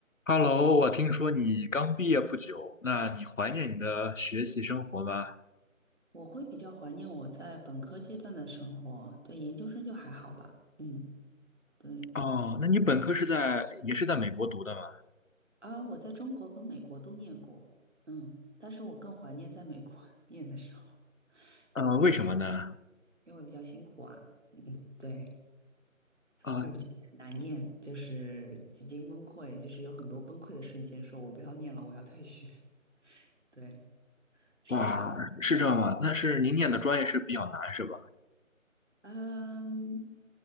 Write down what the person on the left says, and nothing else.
Hello，我听说你刚毕业不久，那你怀念你的学习生活吗？
哦，那你本科是在也是在美国读的吗？
呃，
为什么呢？
啊、
哇，是这样吗？那是您念的专业是比较难是吧？